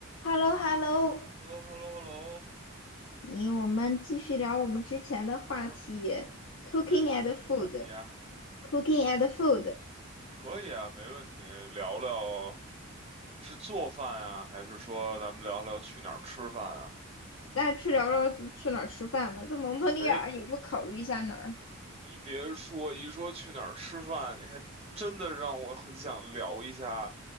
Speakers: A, on the left; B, on the right.
A: h e l l o h e l l o
B: h e l l o h e l l o h e l l o
A: 你我们继续聊我们之前的话题
B: 然后今今天又是什么话题啊
A: ，cooking and food，cooking and
B: ？OK，
A: food。
B: 可以啊，没问题。聊聊是做饭啊，还是说咱们聊聊去哪儿吃饭啊？
A: 那去聊聊去哪儿吃饭吧？在蒙特利尔，
B: 哎，
A: 你不考虑一下哪儿？
B: 你别说，一说去哪儿吃饭，你还真的让我很想聊一下